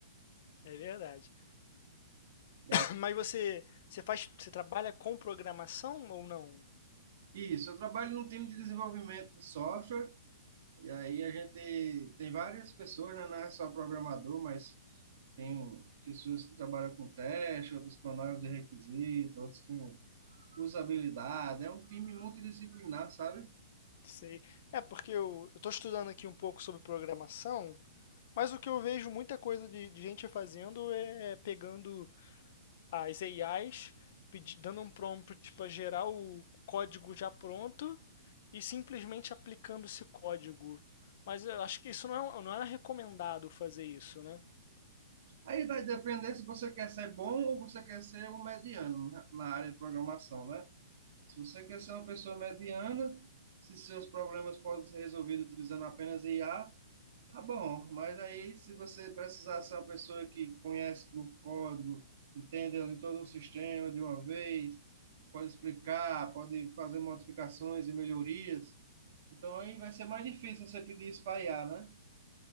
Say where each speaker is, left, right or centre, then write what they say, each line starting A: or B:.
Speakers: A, on the left; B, on the right.
A: É verdade. <clears throat>
B: E
A: <coughs> Mas você você faz você trabalha com programação ou não?
B: Isso, eu trabalho num time de desenvolvimento de software, e aí a gente tem várias pessoas, né? Não é só programador, mas tem pessoas que trabalham com teste, outros com análise de requisito, outros com usabilidade. É um time multidisciplinar, sabe?
A: Sei. É porque eu estou estudando aqui um pouco sobre programação, mas o que eu vejo muita coisa de, de gente fazendo é, é pegando as AIs pedi- dando um prompt para gerar o código já pronto e simplesmente aplicando esse código. Mas eu acho que isso não é, um, não é recomendado fazer isso, né?
B: Aí vai depender se você quer ser bom ou você quer ser um mediano na na área de programação, né? Se você quer ser uma pessoa mediana, se seus problemas podem ser resolvidos utilizando apenas IA, Tá bom, mas aí se você precisar ser uma pessoa que conhece do código, entende ali todo o sistema de uma vez, pode explicar, pode fazer modificações e melhorias, então aí vai ser mais difícil você pedir isso para IA, né?